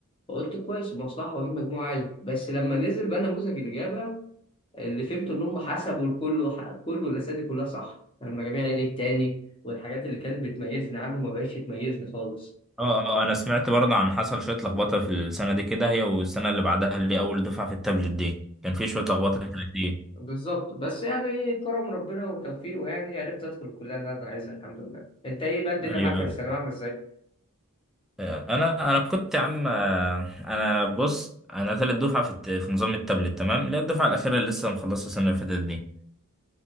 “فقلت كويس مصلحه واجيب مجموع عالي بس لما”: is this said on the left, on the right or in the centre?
Left